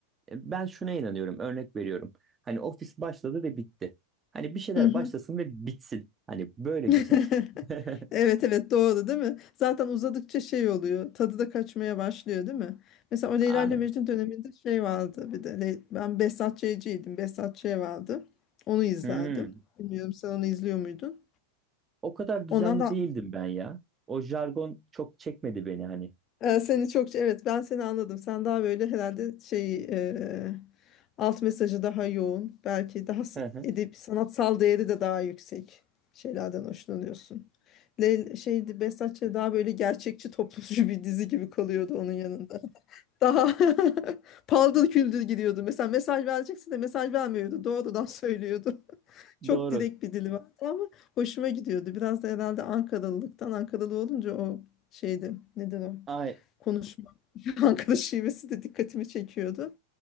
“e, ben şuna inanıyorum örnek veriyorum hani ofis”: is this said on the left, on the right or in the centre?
Right